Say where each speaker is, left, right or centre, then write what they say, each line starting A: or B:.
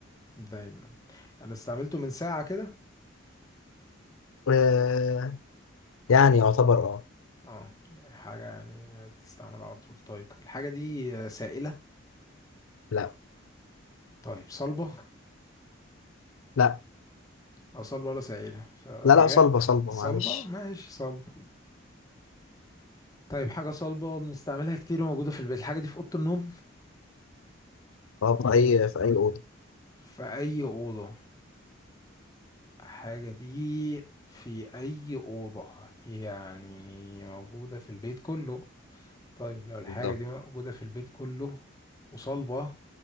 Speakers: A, on the left; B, on the left.
A: دايما انا استعملته من ساعة كده
B: آه يعني يعتبر اه
A: اه حاجة يعني تستعمل على طول طيب الحاجة دي آه، سائلة
B: لا
A: طيب صلبة
B: لا
A: اه صلبة ولا سائلة فغاء
B: لا لا صلبة صلبة
A: صلبة
B: معلش
A: ماشي صلبة طيب حاجة صلبة بنستعملها كتير وموجودة في البيت الحاجة دي في أوضة النوم
B: اه في اي في اي اوضة
A: في أي أوضة الحاجة دي في أي أوضة يعني موجودة في البيت كله طيب لو الحاجة
B: بالظبط
A: دي موجودة في البيت كله وصلبة